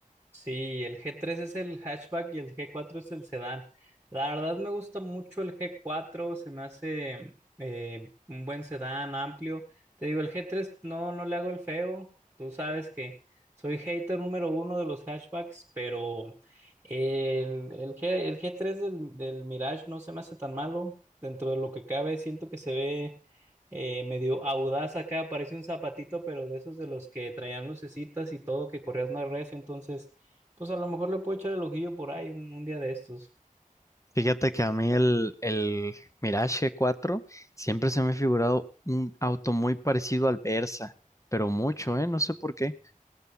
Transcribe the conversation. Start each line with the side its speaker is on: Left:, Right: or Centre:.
Right: Sí, el g tres es el hatchback y el g cuatro es el sedán. La verdad me gusta mucho el g cuatro, se me hace mm, eh, un buen sedán amplio. Te digo, el g tres no, no le hago el feo. Tú sabes que soy hater número uno de los hatchbacks, pero el, el G, el g tres del, del Mirage no se me hace tan malo. Dentro de lo que cabe, siento que se ve eh, medio audaz acá, parece un zapatito, pero de esos de los que traían lucecitas y todo, que corrías más recio, entonces pues a lo mejor le puedo echar el ojillo por ahí un, un día de estos.
Left: Fíjate que a mí el, el Mirage 4 siempre se me ha figurado un auto muy parecido al Versa, pero mucho, ¿eh? No sé por qué.